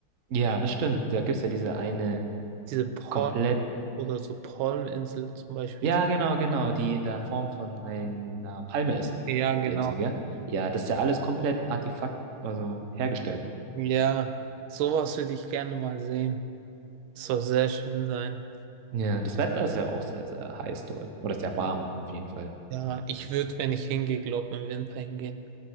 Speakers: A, on the right; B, on the right.
A: Ja, das stimmt. Da gibt es ja diese eine
B: Diese Palm
A: komplett
B: oder so Palminsel zum Beispiel.
A: Ja, genau, genau, die in der Form von einer Palme ist,
B: Ja, genau.
A: die Insel, gell? Ja, das ist ja alles komplett Artefakt, also hergestellt.
B: Ja, sowas würde ich gerne mal sehen. Das soll sehr schön sein.
A: Ja, das Wetter ist ja auch sehr, sehr heiß dort. Oder sehr warm, auf jeden Fall.
B: Ja, ich würde, wenn ich hingehe, glaube im Winter hingehen.